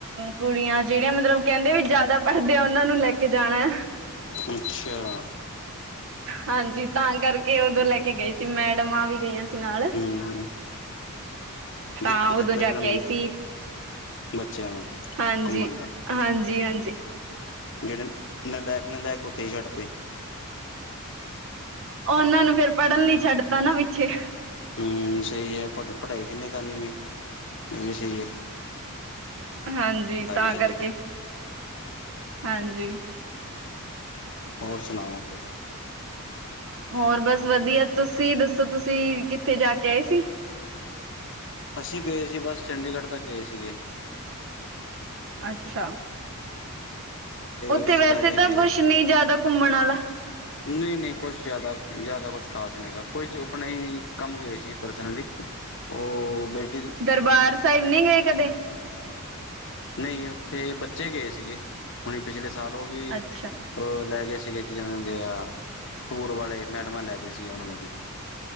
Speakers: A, on the right; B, on the left.
A: ਕੁੜੀਆਂ ਜੇੜੀਆਂ ਮਤਲਬ ਕੈਂਦੇ ਵੀ ਜਾਦਾ ਪੜ੍ਹਦੇ ਆ ਓਨਾਂ ਨੂੰ ਲੈ ਕੇ ਜਾਣਾ।
B: ਅੱਛਾ <inaudible> <unintelligible>
A: ਹਾਂਜੀ ਤਾਂ ਕਰਕੇ ਉਦੋਂ ਲੈ ਕੇ ਗਈ ਸੀ ਮੈਡਮਾਂ ਵੀ ਗਈਆਂ ਸੀ ਨਾਲ
B: ਹੂੰ
A: ਤਾਂ
B: ਗਿਫਟ ਦਿੱਤਾ
A: ਉਦੋਂ ਜਾ
B: ਸੀ ਉਨਾਂ
A: ਕੇ
B: ਨੂੰ
A: ਆਈ ਸੀ
B: ਬੱਚਿਆਂ ਨੂੰ
A: ਹਾਂਜੀ
B: ਘੁੰਮਣ
A: ਹਾਂਜੀ-ਹਾਂਜੀ
B: ਜੇੜੇ ਨਲੈਕ-ਨਲੈਕ ਓਥੇ ਈ ਛੱਡਤੇ।
A: ਓਨਾਂ ਨੂੰ ਫੇਰ ਪੜ੍ਹਨ ਲਈ ਛੱਡਤਾ ਨਾ ਪਿੱਛੇ
B: ਹੂੰ ਸਈ ਐ ਪੜ ਪੜ੍ਹਾਈ ਕਿੰਨੇ ਕਰਨੀ ਆ ਏ ਵੀ ਸਈ ਐ।
A: ਹਾਂਜੀ ਤਾਂ
B: ਚਲੇ
A: ਕਰਕੇ।
B: ਗਏ
A: ਹਾਂਜੀ।
B: ਹੋਰ ਸੁਣਾਓ?
A: ਹੋਰ ਬਸ ਵਧੀਆ ਤੁਸੀਂ ਦੱਸੋ ਤੁਸੀਂ ਕਿੱਥੇ ਜਾ ਕੇ ਆਏ ਸੀ?
B: ਅਸੀਂ ਗਏ ਸੀ ਬਸ ਚੰਡੀਗੜ੍ਹ ਤੱਕ ਗਏ ਸੀਗੇ।
A: ਅੱਛਾ। ਉੱਥੇ
B: ਰਿਸ਼ਤੇਦਾਰੀ
A: ਵੈਸੇ ਤਾਂ
B: ਹੈਗੀ
A: ਕੁੱਛ ਨੀ ਜਾਦਾ ਘੁੰਮਣ ਆਲਾ।
B: ਨਈ-ਨਈ ਕੁੱਛ ਜਾਦਾ ਜਾਦਾ ਕੁੱਛ ਖ਼ਾਸ ਨੀ ਹੈਗਾ ਕੋਈ ਆਪਣੇ ਈ ਕੰਮ ਗਏ ਸੀ ਪਰਸਨਲੀ ਓ ਬੇ
A: ਦਰਬਾਰ ਸਾਇਬ ਨੀ ਗਏ ਕਦੇ?
B: ਨਈ ਉੱਥੇ ਬੱਚੇ ਗਏ ਸੀਗੇ ਹੁਣੀ ਪਿਛਲੇ ਸਾਲ ਓ ਵੀ
A: ਅੱਛਾ
B: ਓ ਲੈਗੇ ਸੀਗੇ ਕੀ ਕੈਂਦੇ ਹੁੰਦੇ ਆ ਟੂਰ ਵਾਲੇ ਮੈਡਮਾਂ ਲੈਗੇ ਸੀਗੇ ਓਨਾਂ ਨੂੰ ਵੀ।